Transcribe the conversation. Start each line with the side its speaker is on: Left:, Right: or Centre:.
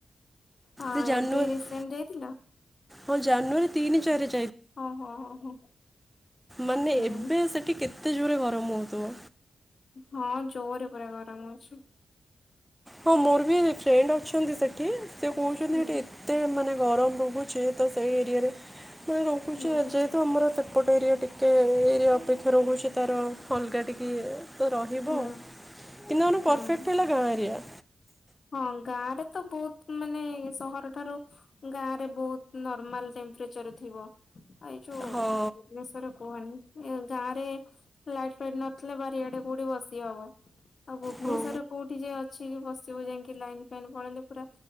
Left: ହଁ
Centre: ସେ ଜାନୁଆରୀ
Left: ଏବେ ରିସେଣ୍ଟ ଯାଇଥିଲ।
Centre: ହଁ ଜାନୁଆାର ତିନି ଚାରି ରେ।
Left: ହଁ ହଁ ହଁ ହଁ।
Centre: ମାନେ
Left: ହୁଁ
Centre: ଏବେ ସେଠି କେତେ ଯ ରେ ଗରମ ହଉଥୁବ।
Left: ହଁ ଜୋରେ ପୁରା ଗରମ ଅଛି।
Centre: ହଁ ମୋର ବି ଫ୍ରେଣ୍ଡ ଅଛନ୍ତି ସେଠି। ସେ କହୁଚନ୍ତି
Left: ହୁଁ।
Centre: ଏଠି ଏତେ ମାନେ। ଗରମ ରହୁଛି ତ ସେଇ ଏରିଆରେ ନାଇଁ ରହୁଛି
Left: ହୁଁ
Centre: ଯେହେତୁ ଆମର ଏତେ ଏପଟ ଏରିଆ ଟିକେ ଏରିଆ ଅପେକ୍ଷା ରହୁଛି ତାର ଅଲଗା ଟିକେଇଏ ତ ରହିବ
Left: ହୁଁ
Centre: ଆଉ କିନ୍ତୁ ଆମର
Left: ହୁଁ।
Centre: ପରଫେକ୍ଟ ହେଲା ଗାଁଏରିଆ।
Left: ହଁ ଗାଁ ରେ ତ ବହୁତ ମାନେ ସହର ଠାରୁ ଗାଁ ରେ ବହୁତ ନର୍ମାଲ ଟେମ୍ପରେଚର ଥିବ। ଏଇ ଯୋଉ
Centre: ହଁ
Left: ଭୁବନେଶ୍ଵରରେ କୁହନି। ଗାଁ ରେ ଲାଇଟ୍ ଫାଇଟ ନଥିଲେ ବାରିଆଡେ କୋଉଠି ବସି ହବ, ଆଉ ଭୁବନେଶର
Centre: ହଁ।
Left: ରେ କୋଉଠି ଯେ ଅଛି କି ବସି ଏବେ ଯାଇକି ଲାଇନ ଫାଇନ୍ ପଳେଇଲେ ପୁରା